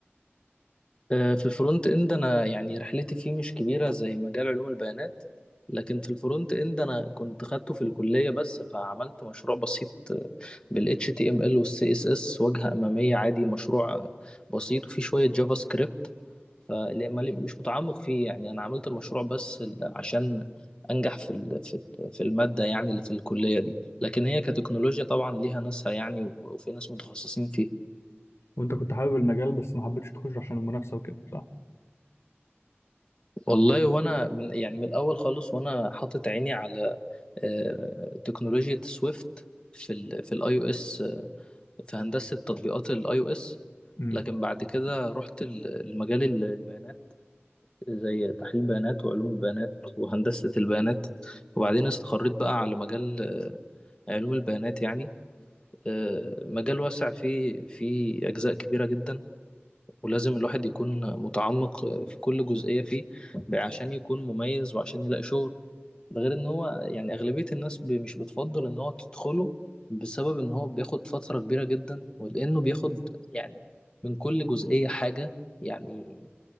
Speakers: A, on the left (about 20°); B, on the left (about 75°).
A: آه، في الفرونت اند انا يعني رحلتي فيه مش كبيره زي مجال علوم البيانات لكن في الفرونت اند انا كنت خدته في الكليه بس فعملت مشروع بسيط آه، بال HTML وال CSS واجهه اماميه عادي مشروع بسيط وفيه شويه جافا سكريبت فمش متعمق فيه يعني انا عملت المشروع بس ال- عشان انجح في ال- في في الماده يعني اللي في الكليه دي لكن هي كتكنولوجيا طبعا ليها ناسها يعني وفي ناس متخصصين
B: وانت كنت حابب المجال بس ما حبيتش تخش عشان المنافسه وكده صح
A: والله وانا من يعني من الاول خالص وانا حاطط عيني على آه، تكنولوجيا سويفت في ال في الاي او اس في هندسه تطبيقات الاي او اس
B: امم
A: لكن بعد كده رحت ال- المجال ال- البيانات زي تحليل بيانات وعلوم البيانات وهندسه البيانات وبعدين استقريت بقى على مجال آه، علوم البيانات يعني آه، مجال واسع فيه فيه اجزاء كبيره جدا ولازم الواحد يكون متعمق آه، في كل جزئيه فيه عشان يكون مميز وعشان يلاقي شغل ده غير ان هو يعني اغلبية الناس ب- مش بتفضل ان هو تدخله بسبب ان هو بياخد فترة كبيرة جدا ولانه بياخد يعني من كل جزئية حاجة يعني